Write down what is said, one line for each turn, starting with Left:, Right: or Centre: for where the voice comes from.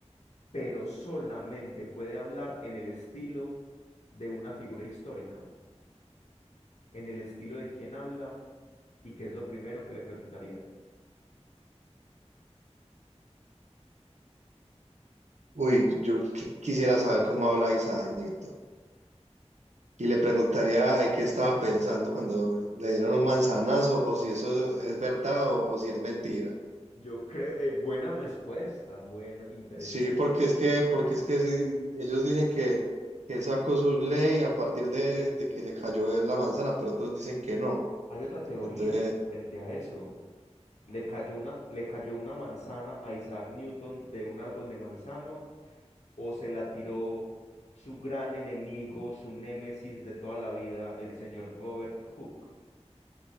Left: pero solamente puede hablar en el estilo de una figura histórica, en el estilo de quien habla y qué es lo primero que le preguntarías.
Right: Uy, yo qui- quisiera saber cómo habla Isaac Newton. Y le preguntaría en qué estaba pensando cuando le dieron un manzanazo, o si eso es verdad o, o si es mentira.
Left: Yo creo, eh, buena respuesta, buena, interesante.
Right: Sí, porque es que, porque es que sí, ellos dicen que, que él sacó su ley a partir de, de que le cayó la manzana, pero otros dicen que no.
Left: Hay otra teoría
Right: Entonces,
Left: frente a eso. ¿Le cayó una, le cayó una manzana a Isaac Newton de un árbol de manzano o se la tiró su gran enemigo, su némesis de toda la vida, el señor Robert Hooke?